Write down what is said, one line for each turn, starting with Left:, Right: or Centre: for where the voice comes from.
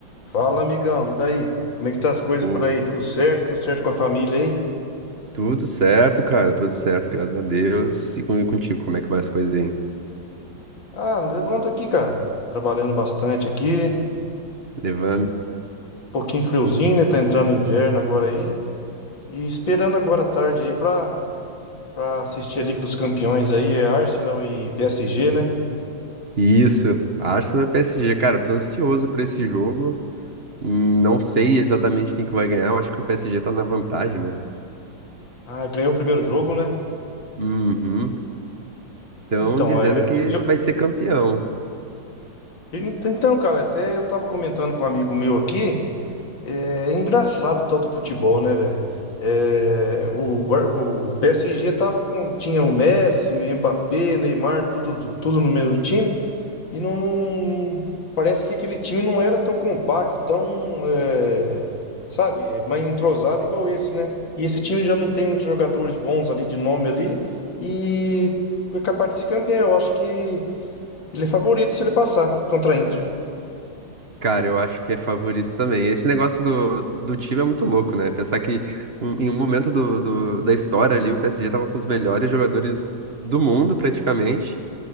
Left: Fala, amigão, e daí? Como é que tá as coisas
Right: Ô,
Left: por aí? Tudo certo? Tudo certo com a família aí?
Right: tudo certo, cara, tudo certo, graças a Deus. E comigo contigo, como é que vai as coisas aí?
Left: Ah, levando aqui, cara. Trabalhando bastante aqui. Um
Right: Levando.
Left: pouquinho friozinho, né? Tá entrando inverno agora aí. E esperando agora à tarde aí pra, pra assistir a Liga dos Campeões aí. É Arsenal e PSG, né?
Right: Isso, Arsenal e PSG, cara, eu tô ansioso pra esse jogo. Hum, Não sei exatamente quem que vai ganhar, eu acho que o PSG tá na vantagem, né?
Left: Ah, ganhou o primeiro jogo, né?
Right: Uhum. Estão
Left: Então,
Right: dizendo
Left: é.
Right: que
Left: eu-
Right: vai ser campeão.
Left: eu- então, cara, até eu tava comentando com um amigo meu aqui. É é engraçado todo o futebol, né, velho? É, o, Bar- o PSG tava com, tinha o Messi, o Mbappé, Neymar, tudo, tu- tudo no mesmo time, e não, não- parece que aquele time não era tão compacto, tão, é, sabe, é, mais entrosado igual esse, né? E esse time já não tem muitos jogadores bons ali de nome ali, e é capaz de ser campeão. Eu acho que ele é favorito se ele passar contra a Inter.
Right: Cara, eu acho que é favorito também. Esse negócio do, do time é muito louco, né? Pensar que um- em um momento do, do- da história ali, o PSG tava com os melhores jogadores do mundo, praticamente.